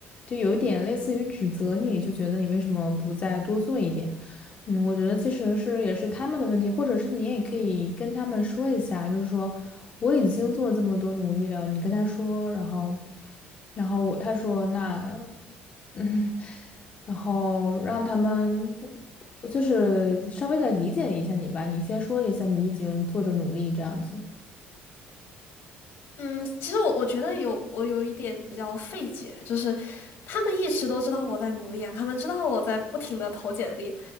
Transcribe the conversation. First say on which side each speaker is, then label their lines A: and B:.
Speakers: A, on the left; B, on the left.
A: 就有一点类似于指责你，就觉得你为什么不再多做一点？嗯，我觉得其实是也是他们的问题，或者是你也可以跟他们说一下，就是说我已经做这么多努力了，你跟他说，然后然后我他说那嗯，<laughs> 然后让他们。就是稍微的理解一下你吧，你先说一下你已经做的努力这样子。
B: 嗯，其实我我觉得有我有一点比较费解，就是他们一直都知道我在努力啊，他们知道我在不停的投简历，